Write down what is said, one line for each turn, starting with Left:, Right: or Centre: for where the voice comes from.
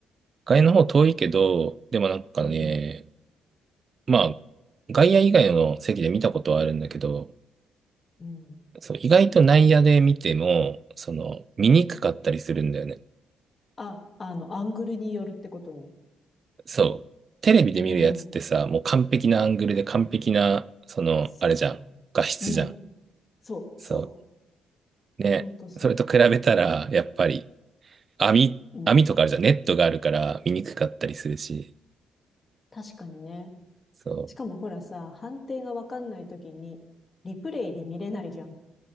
Right: 外の方遠いけど、でもなんかね、
Left: うん。
Right: まあ、外野以外の席で見たことはあるんだけど、
Left: うん。
Right: そう、意外と内野で見ても、その、見にくかったりするんだよね。
Left: あ、あの、アングルによるってことね。
Right: そう。テレビで見るやつってさ、
Left: うん。
Right: もう完璧なアングルで完璧な、その、
Left: そう。
Right: あれじゃん。画質じゃん。
Left: うん。そう、
Right: そ
Left: そう。
Right: う。ね。
Left: ほんとそう。
Right: それと比べたら、やっぱり、網、
Left: うん。
Right: 網とかあるじゃん。ネットがあるから見にくかったりするし。
Left: 確かにね。
Right: そ
Left: しかもほらさ、判定がわかんないときに、リプレイで見れないじゃん。